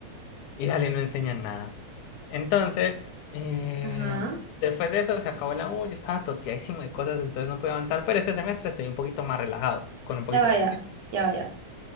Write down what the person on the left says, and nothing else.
y dale, no enseñan nada. Entonces, eh,
después de eso se acabó la U, yo estaba toteadísimo de cosas, entonces no pude avanzar, pero este semestre estoy un poquito más relajado, con un poquito
más de tiempo.